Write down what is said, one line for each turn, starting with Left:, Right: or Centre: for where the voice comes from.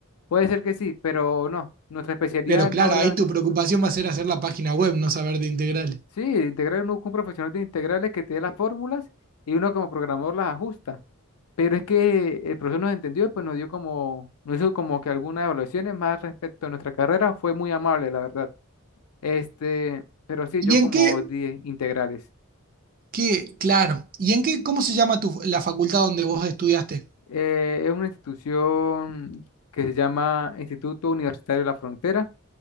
Left: puede ser que sí, pero no. Nuestra especialidad
Right: Pero
Left: no
Right: claro,
Left: iba
Right: ahí tu preocupación va a ser hacer la página web, no saber de integrales.
Left: Sí, integrar uno con un profesional de integrales que te dé las fórmulas y uno como programador las ajusta. Pero es que el profesor nos entendió y pues nos dio como, nos hizo como que algunas evaluaciones más respecto a nuestra carrera. Fue muy amable, la verdad. Este, pero sí,
Right: ¿Y
Left: yo
Right: en
Left: como
Right: qué,
Left: di integrales.
Right: qué, claro, ¿y en qué, cómo se llama tu, la facultad donde vos estudiaste?
Left: Eh, es una institución que se llama Instituto Universitario de la Frontera,